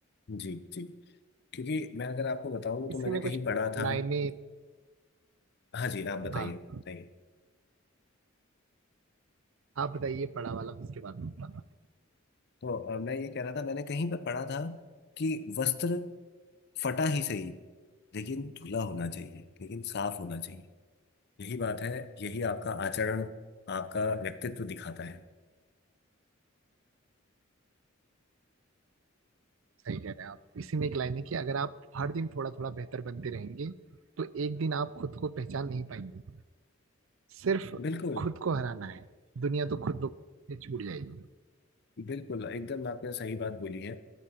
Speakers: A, on the left; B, on the right.
A: जी जी क्योंकि मैं अगर आपको बताऊं तो
B: इसी
A: मैंने
B: में
A: कहीं
B: कुछ
A: पढ़ा था
B: लाइनें
A: हाँ जी आप बताइए
B: हाँ
A: बताइए
B: आप बताइए पड़ा वाला उसके बाद में बताना।
A: तो अ, मैं ये कह रहा था मैंने कहीं पर पढ़ा था कि वस्त्र फटा ही सही लेकिन धुला होना चाहिए लेकिन साफ होना चाहिए यही बात है यही आपका आचरण आपका व्यक्तित्व दिखाता है
B: सही कह रहे हैं आप इसी में एक लाइन है कि अगर आप हर दिन थोड़ा थोड़ा बेहतर बनते रहेंगे तो एक दिन आप खुद को पहचान नहीं पाएंगे सिर्फ
A: बिल्कुल
B: खुद को हराना है दुनिया तो खुद ब- से छूट जाएगी
A: बिल्कुल एकदम आपने सही बात बोली है